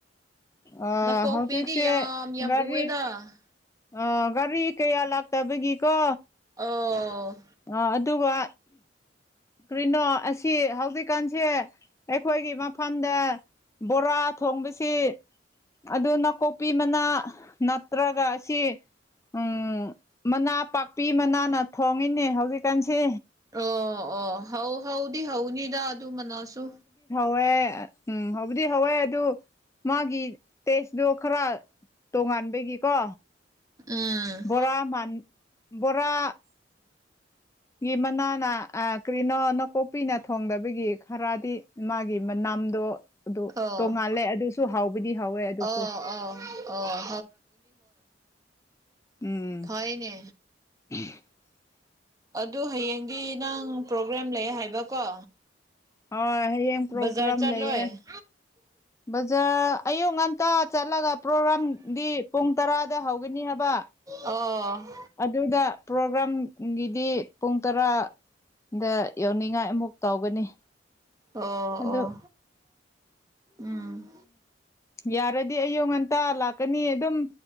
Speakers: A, on the left; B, on the right.
A: ꯑ
B: ꯅꯥꯀꯣꯛꯄꯤꯗꯤ
A: ꯍꯧꯖꯤꯛꯁꯦ
B: ꯌꯥꯝ ꯌꯥꯝ
A: ꯒꯥꯔꯤ
B: ꯎꯑꯦꯗ
A: ꯑ ꯒꯥꯔꯤ ꯀꯌꯥ ꯂꯥꯛꯇꯕꯒꯤꯀꯣ
B: ꯑꯣ
A: ꯑ ꯑꯗꯨꯒ ꯀ꯭ꯔꯤꯅꯣ ꯑꯁꯤ ꯍꯧꯖꯤꯛꯀꯥꯟꯁꯦ ꯑꯩꯈꯣꯏꯒꯤ ꯃꯐꯝꯗ ꯕꯣꯔꯥ ꯊꯣꯡꯕꯁꯦ ꯑꯗꯨ ꯅꯥꯀꯨꯞꯄꯤ ꯃꯅꯥ ꯅꯠꯇ꯭ꯔꯒ ꯑꯁꯤ ꯎꯝ ꯃꯅꯥ ꯄꯥꯛꯄꯤ ꯃꯅꯥꯅ ꯊꯣꯡꯉꯤꯅꯦ ꯍꯧꯖꯤꯛꯀꯥꯟꯁꯦ
B: ꯑꯣ ꯑꯣ ꯍꯧ ꯍꯧꯗꯤ ꯍꯧꯅꯤꯗ ꯑꯗꯨ ꯃꯅꯥꯁꯨ
A: ꯋꯦ ꯎꯝ ꯍꯧꯕꯨꯗꯤ ꯍꯧꯋꯦ ꯑꯗꯨ ꯃꯥꯒꯤ ꯇꯦꯁꯇꯣ ꯈꯔ ꯇꯣꯉꯥꯟꯕꯒꯤꯀꯣ
B: ꯎꯝ
A: ꯕꯣꯔꯥ ꯃꯥꯟ ꯕꯣꯔꯥ
B: <inaudible>
A: ꯒꯤ ꯃꯅꯥꯅ ꯀꯔꯤꯅꯣ ꯅꯀꯣꯛꯄꯤꯅ ꯊꯣꯡꯗꯕꯒꯤ ꯈꯔꯗꯤ ꯃꯥꯒꯤ ꯃ ꯅꯥꯝꯗꯣ ꯑꯗꯨ
B: ꯑꯣ
A: ꯇꯣꯉꯥꯜꯂꯦ ꯑꯗꯨꯁꯨ ꯍꯥꯎꯕꯗꯤ ꯍꯥꯎꯋꯦ ꯑꯗꯨꯁꯨ
B: ꯑꯣ ꯑꯣ ꯑꯣ
A: ꯎꯝ
B: ꯐꯥꯏꯅꯦ
A: <unintelligible>
B: ꯑꯗꯨ ꯍꯌꯦꯡꯗꯤ ꯅꯪ ꯄ꯭ꯔꯣꯒ꯭ꯔꯥꯝ ꯂꯩ ꯍꯥꯏꯕꯀꯣ
A: ꯍꯣꯏ ꯍꯌꯦꯡ ꯄ꯭ꯔꯣꯒ꯭ꯔꯥꯝ
B: ꯕꯖꯥꯔ ꯆꯠꯂꯣꯏ
A: ꯂꯩꯌꯦ ꯕꯖꯥꯔ ꯑꯌꯨꯛ ꯉꯟꯇꯥ ꯆꯠꯂꯒ ꯄ꯭ꯔꯣꯒ꯭ꯔꯥꯝꯗꯤ ꯄꯨꯡ ꯇꯔꯥꯗ ꯍꯧꯒꯅꯤ ꯍꯥꯏ ꯕꯥ
B: ꯑꯣ
A: ꯑꯗꯨꯗ ꯄ꯭ꯔꯣꯒ꯭ꯔꯥꯝꯒꯤꯗꯤ ꯄꯨꯡ ꯇꯔꯥ ꯗ ꯌꯧꯅꯤꯡꯉꯥꯏ ꯑꯃꯨꯛ ꯇꯧꯒꯅꯤ
B: ꯑꯣ
A: ꯑꯗꯨ
B: ꯑꯣ ꯎꯝ
A: ꯌꯥꯔꯗꯤ ꯑꯌꯨꯛ ꯉꯟꯇꯥ ꯂꯥꯛꯀꯅꯤ ꯑꯗꯨꯝ